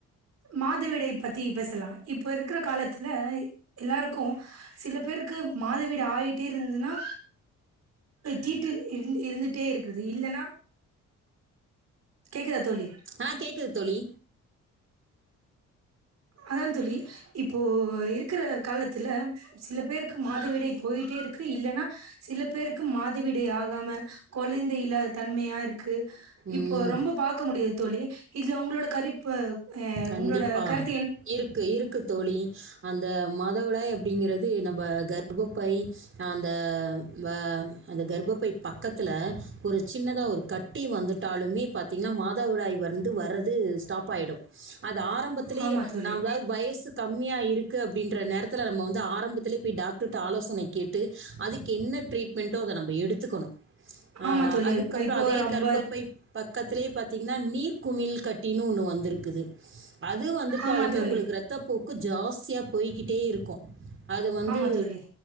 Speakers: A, on the right (about 60°); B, on the right (about 45°).
A: மாதவிடை பத்தி பேசலா இப்போ இருக்கிற காலத்துல எல்லாருக்கு சில பேருக்கு மாதவிடா ஆகிட்டே இருந்ததுன்னா தீட்டு இருந் இருந்துட்டே இருக்கு இல்லன்னா கேக்குதா தோழி
B: ஆ கேக்குது தோழி
A: அதா தோழி இப்போ இருக்கிற காலத்துல சில பேருக்கு மாதவிடாய் போயிட்டே இருக்கு இல்லன்னா சில பேருக்கு மாதவிடை ஆகாம குழந்தை இல்லா தன்மையா இருக்கு இப்போ
B: ம்
A: ரொம்ப பாக்க முடியு தோழி இதுல உங்களோட கறிப்பு ஆ
B: கண்டிப்பா.
A: உங்களோட கருத்
B: இருக்கு இருக்கு தோழி அந்த மாதவிடாய் அப்படிங்கிறது நம்ப கர்ப்பப்பை அந்த வ அந்த கர்பப்பை பக்கத்துல ஒரு சின்னதாக ஒரு கட் டி வந்துட்டாலுமே பாத்தீங்ன்னா மாதவிடாய் வந் து வற்றது ஸ்டாப் ஆயிடு அது ஆரம்பத்லிலே
A: ஆமா தோழி
B: <unintelligible> வயசு கம்மியா இருக்கு அப்டின்ற நேரத்தில நம்ம வந்து ஆரம்பத் லே போய் டாக்டர்ட்ட ஆலோசனை கேட்டு அதுக் என்ன ட்ரீட்மெண்ட்டோ அத நம்ப எடுத்துக்கோணு ஆ
A: ஆமா தோழி
B: அதுக்கப்பறோ
A: இப்போ
B: அதே
A: ரொம்ப
B: கர்பப்பை பக்கத்துலே பாத்தீங்கன்னா நீர் குமிழ் கட்டின் ஒன்னு வந்துருக்குது அது வந்துட்டாலுமே
A: ஆமா தோழி
B: உங்களுக் இரத்தப்போக்கு ஜாஸ்தியா போய்கிட்டே இருக்கு அது வந்து
A: ஆமா தோழி